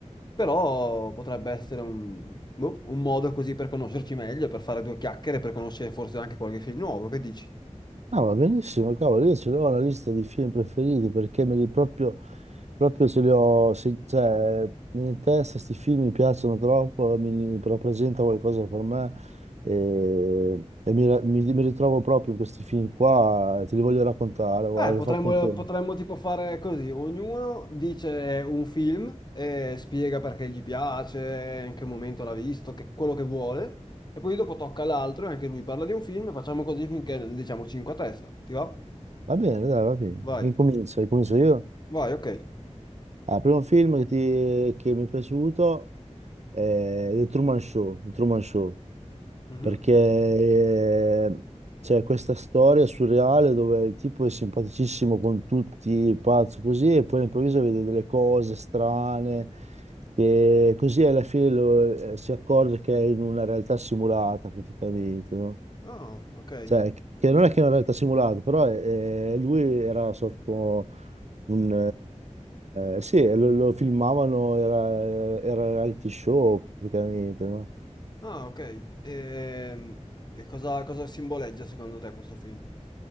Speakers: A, on the left; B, on the right.
A: però potrebbe essere un, boh, un modo così per conoscerci meglio, per fare due chiacchiere, per conoscere forse anche qualche film nuovo, che dici?
B: No, va benissimo, cavolo, io ce l'ho la lista di film preferiti perché me li proprio, proprio ce li ho, se- cioè, in testa questi film mi piacciono troppo, mi rappresenta qualcosa per me e, e mi, ra- mi- mi ritrovo proprio in questi film qua, te li voglio raccontare, guarda,
A: Eh,
B: che
A: potremmo,
B: ho fatto anche...
A: potremmo tipo fare così, ognuno dice un film e spiega perché gli piace, in che momento l'ha visto, che- quello che vuole, e poi dopo tocca all'altro e anche lui parla di un film e facciamo così finché ne diciamo 5 a testa, ti va?
B: Va bene, dai, va bene,
A: Vai,
B: incomincio, incomincio io.
A: vai, ok.
B: Ah, primo film che, ti- che mi è piaciuto è The Truman Show, The Truman Show.
A: Mhm.
B: perché eh, c'è questa storia surreale dove il tipo è simpaticissimo con tutti, pazzo così, e poi all'improvviso vede delle cose strane, che così alla fine lo- eh, si accorge che è in una realtà simulata praticamente, no?
A: Ah, ok.
B: Cioè, che non è che è una realtà simulata, però eh, lui era sotto un... eh, sì, lo, lo filmavano, era, era reality show praticamente, no?
A: Ah, ok. Ehm, E, cosa, cosa simboleggia secondo te questo film?